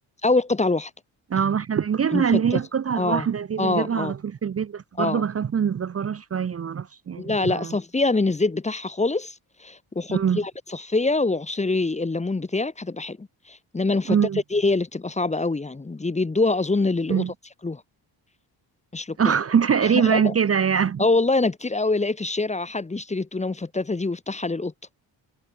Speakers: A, on the left (about 15°); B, on the right (about 35°).
A: او القطع الواحدة
B: اه ما احنا بنجيبها
A: المفتتة
B: اللي هي القطعة
A: اه
B: الواحدة دي بنجيبها
A: اه اه
B: على طول في البيت بس برضو
A: اه
B: بخاف من الزفارة شوية ما اعرفش يعني
A: لا لا
B: ما
A: صفيها من الزيت بتاعها خالص وحطيها
B: امم
A: متصفية وعصري الليمون بتاعك هتبقى حلو انما المفتتة
B: امم
A: دي هي اللي بتبقى صعبة قوي يعني دي بيدوها اظن للقطط
B: امم
A: ياكلوها مش للكبار
B: <laughs> اه تقريبا
A: <laughs>
B: كده يعني
A: اه والله انا كتير قوي الاقي في الشارع حد يشتري التونة المفتتة دي ويفتحها للقط